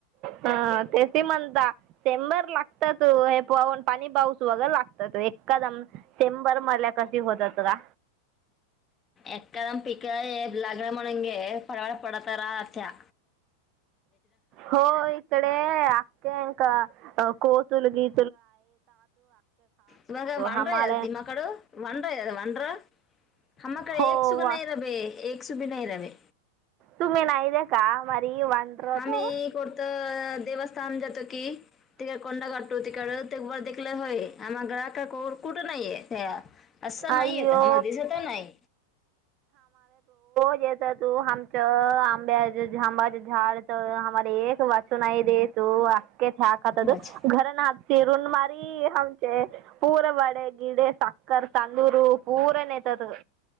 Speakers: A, on the right; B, on the left.
A: ह ते म्हणता शेंबर लागतात. हे पाहन पाणी पाऊस वगैरे लागतात एकदम शेंबर म कशी होतात. का
B: एकाद प काय लागड म्हणंगे. पडवाळा पडतरा अत्या.
A: हो इकडे अखखे का कोतुलगी
B: तुम्हा का वांढरा
A: हमाले
B: या तमकड वांढर वांढरा हकडे
A: हो
B: एक सुगण
A: वा
B: आहे र भे एक सुभीना इरावे
A: तुम्ही नाय्या का वनरतो
B: आम्ही कोर्तं देवस्थान जातो की तिकडे कोंडा काठतो तिकड ते बर देलं होय. आम ग्रहक का कुठं नाही आहे. त्या अससं
A: अय्यो
B: नाही येत आम्हाला दिसत नाही.
A: ेत तू आमच आंब्याबाच झाड मर एकक वचनय देेयेतू अकेचछाकतत
B: अच्छा.
A: घरन हात सिरन मारी का पूर वडे गिडे साखर तांंदुरू पूर नेतात